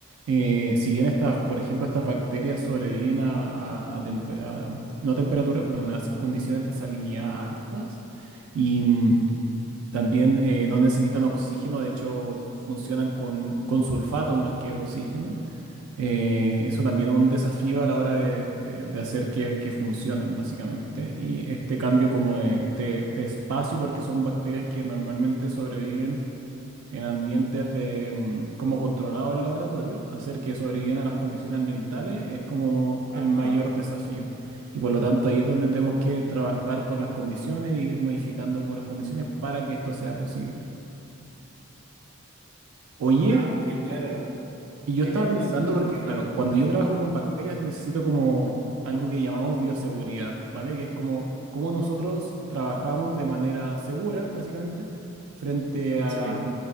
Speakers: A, on the right; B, on the right.
A: eh, si bien estas, por ejemplo, estas bacterias sobreviven a, a- a tempe- a- no a temperaturas, perdón, a s- condiciones de salinidad altas y mm, también eh, no necesitan oxígeno, de hecho funcionan con, con sulfato más que oxígeno. Eh, eso también es un desafío a la hora de, de- de hacer que, que funcionen, básicamente. Y este cambio como de, de de espacio, porque son bacterias que normalmente sobreviven en ambientes de mm, como controlado el laboratorio, hacer que sobrevivan a las condiciones ambientales es como
B: Ajá.
A: el mayor desafío. Y por lo tanto ahí es donde tenemos que trabajar con las condiciones e ir modificando como las condiciones para que esto sea posible. Oye,
B: Ah, ok, claro.
A: Y yo
B: Dime,
A: estaba
B: dime,
A: pensando
B: pregunta.
A: porque, claro, cuando yo trabajo con bacterias necesito como algo que llamamos bioseguridad, ¿vale? Que es como cómo nosotros trabajamos de manera segura, básicamente, frente a,
B: Sí.